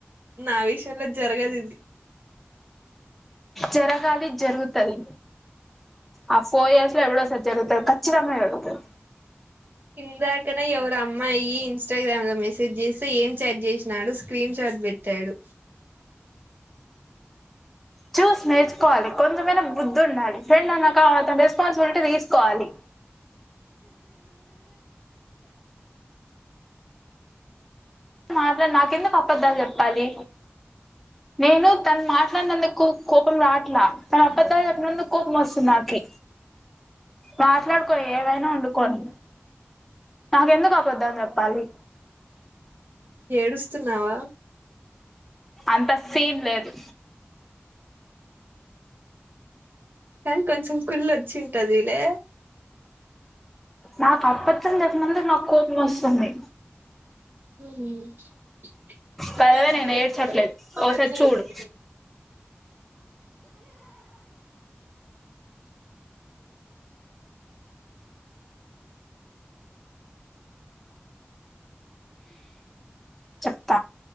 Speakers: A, on the right; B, in the centre.
A: నా విషయంలో జరగదిది.
B: జరగాలి జరుగుతది. ఆ ఫోర్ ఇయర్స్ లో ఎవడోసారి జరుగుతది ఖచ్చితంగా జరుగుతది.
A: ఇందాకనే ఎవరో అమ్మాయి ఇన్స్టాగ్రామ్ లో మెసేజ్ చేస్తే ఏం చాట్ చేసినాడు స్క్రీన్ షాట్ పెట్టాడు.
B: చూసి నేర్చుకోవాలి. కొంచెమైనా బుద్ధి ఉండాలి. ఫ్రెండ్ అన్నాక అతని రెస్పాన్సిబిలిటీ తీసుకోవాలి. మాట్లాడు నాకెందుకు అపద్దాలు జెప్పాలి నేను తను మాట్లాడినందుకు కోపం రాట్లా తను అబద్దాలు చెప్పినందుకు కోపం వస్తుంది నాక మాట్లాడుకొని ఏమైనా వండుకొని నాకెందుకు అబద్దం చెప్పాలి
A: ఏడుస్తున్నావా
B: అంత సీన్ లేదు
A: కానీ కొంచెం కుల్లొచ్చింటదిలే
B: నాకు అప్పత్తం చెప్పినందు నాకు కోపం వస్తుంది
A: ఊహు
B: బైదవే నేను ఏడ్చట్లేదు ఓసారి చూడు చెప్త